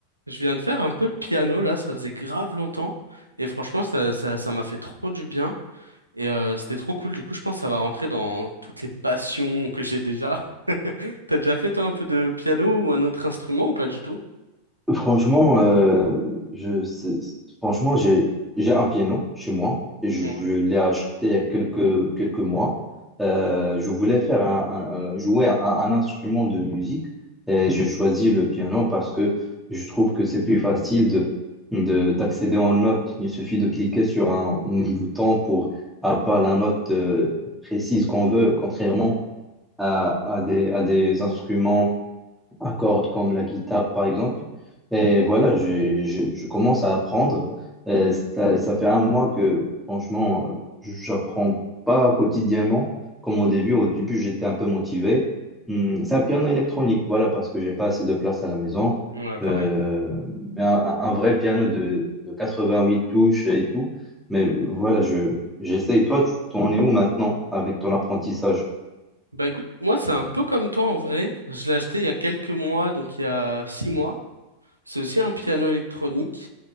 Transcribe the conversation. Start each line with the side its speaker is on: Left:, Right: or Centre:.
Right: Je viens de faire un peu de piano là, ça faisait grave longtemps et franchement ça ça ça m'a fait trop du bien et euh, c'était trop cool. Du coup, je pense que ça va rentrer dans toutes les passions que j'ai déjà. <laughs> T'as déjà fait toi un peu de piano ou un autre instrument ou pas du tout?
Centre: Franchement, euh, je, c'est- c'est- franchement, j'ai, j'ai un piano chez moi et je,
Right: Ouais,
Centre: je l'ai acheté il y a quelques, quelques mois. Euh, je voulais faire un, un- un- jouer un, un instrument de musique et j'ai choisi le piano parce que je trouve que c'est plus facile de, de, d'accéder en notes. Il suffit de cliquer sur un, <laughs> bouton pour avoir la note euh, précise qu'on veut, contrairement à, à des, à des instruments à cordes comme la guitare par exemple. Et voilà, je, je, je commence à apprendre. Euh, ça, ça fait un mois que franchement, euh, j'apprends pas quotidiennement comme au début. Au début, j'étais un peu motivé. Hmm, c'est un piano électronique, voilà, parce que j'ai pas assez de place à la maison.
Right: ouais, pareil.
Centre: Euh, mais un, un- un vrai piano de, de 88 touches et tout. Mais voilà, je, j'essaie. Toi, tu t'en es où maintenant avec ton apprentissage?
Right: Bah écoute, moi c'est un peu comme toi en vrai. Je l'ai acheté il y a quelques mois, donc il y a six mois. C'est aussi un piano électronique.